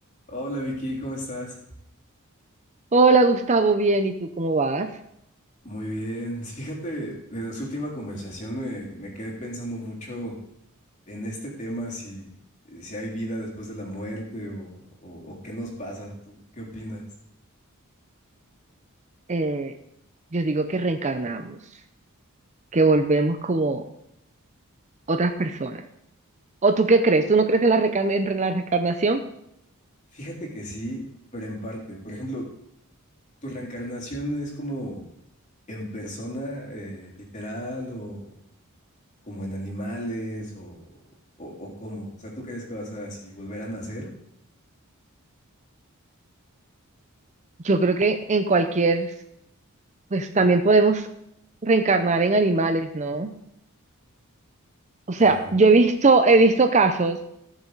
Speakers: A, on the left; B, on the right.
A: Hola Vicky, ¿cómo estás?
B: Hola Gustavo, bien, ¿y tú cómo vas?
A: Muy bien. Fíjate, de nuestra última conversación me, me quedé pensando mucho en este tema, si, si hay vida después de la muerte o, o- o qué nos pasa. ¿Tú qué opinas?
B: Eh, yo digo que reencarnamos, que volvemos como otras personas. ¿O tú qué crees? ¿Tú no crees en la, recarn- en la reencarnación?
A: Fíjate que sí, pero en parte. Por ejemplo, ¿tu reencarnación es como en persona, eh, literal, o como en animales, o, o, o cómo? O sea, ¿tú crees que vas a así volver a nacer?
B: Yo creo que en cualquier, pues también podemos reencarnar en animales, ¿no? O
A: Claro,
B: sea, yo he visto, he visto casos